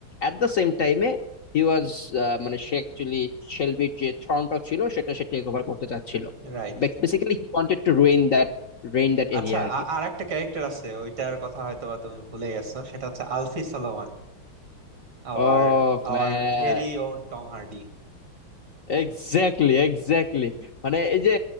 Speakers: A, on the left; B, on the right.
A: এট দ্য সেম টাইমে হি ওয়াজ মানে সে অ্যাকচুয়ালি শেলবির যে থ্রনটা ছিল সেটা সে টেক ওভার করতে চাচ্ছিল
B: রাইট
A: Basically he wanted to ruin that reign that
B: আচ্ছা
A: area আর কি
B: আর একটা ক্যারেক্টার আছে ওইটার কথা হয়তো বা তুমি ভুলে গেছো সেটা হচ্ছে Alfie Solomon our
A: Oh
B: our
A: man
B: very own Tom Hardy
A: এক্স্যাক্টলি এক্স্যাক্টলি মানে এই যে